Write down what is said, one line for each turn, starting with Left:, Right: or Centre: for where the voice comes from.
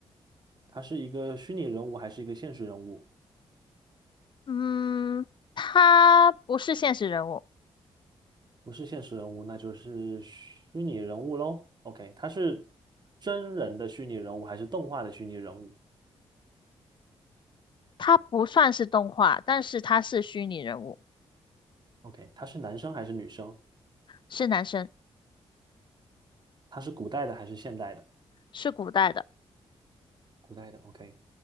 Right: 他是一个虚拟人物还是一个现实人物？
Left: 嗯，他不是现实人物，
Right: 不是现实人物，那就是虚拟人物喽。OK，他是真人的虚拟人物还是动画的虚拟人物
Left: 他不算是动画，但是他是虚拟人物，
Right: ？OK，他是男生还是女生？
Left: 是男生，
Right: 他是古代的还是现代的？
Left: 是古代的，
Right: 古代的，OK。